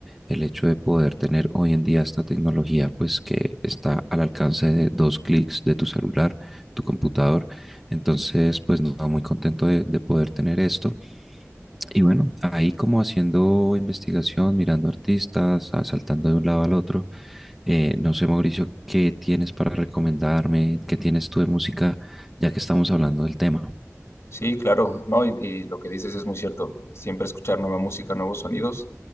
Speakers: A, in the centre; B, on the left.
A: el hecho de poder tener hoy en día esta tecnología, pues que está al alcance de dos clics de tu celular, tu computador. Entonces, pues no, muy contento de, de poder tener esto. Y bueno, ahí como haciendo investigación, mirando artistas, ah, saltando de un lado al otro. Eh, no sé, Mauricio, ¿qué tienes para recomendarme? ¿Qué tienes tú de música, ya que estamos hablando del tema?
B: Sí, claro, ¿no? Y, y lo que dices es muy cierto. Siempre escuchar nueva música, nuevos sonidos,